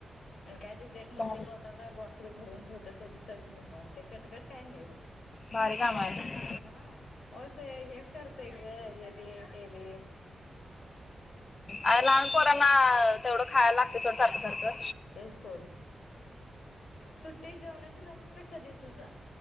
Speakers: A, on the left; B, on the left.
A: आणि काय तची एक मोठी
B: भारी
A: बॉटल आहे बॉटल बॉटल भरून ठेवतो त्याचा त्याचं निेवात आणि ते कटकट काय नाही बघ
B: भारी काम आहे ना
A: हा ओते हे करतेय ग हे दे ते दे
B: अ लहान पोरांना तेवढं खायला लागते सोड सारखं सारखं.
A: लाग तेच सोड सुट्टी जेवणाची लंच ब्रेक कधी आहे तुझा?